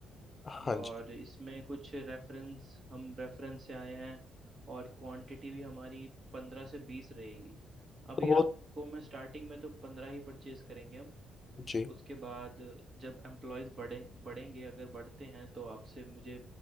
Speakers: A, on the left; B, on the right.
A: हाँ
B: और
A: जी
B: इसमें कुछ रेफरेंस हम रेफरेंस से आए हैं और क्वांटिटी भी हमारी पंद्रह से बीस रहेगी अभी
A: तो वो
B: आपको मैं स्टार्टिंग में तो पंद्रह ही परचेज करेंगे हम
A: जी
B: उसके बाद जब एम्प्लॉयज़ बढ़े बढ़ेंगे अगर बढ़ते हैं तो आपसे मुझे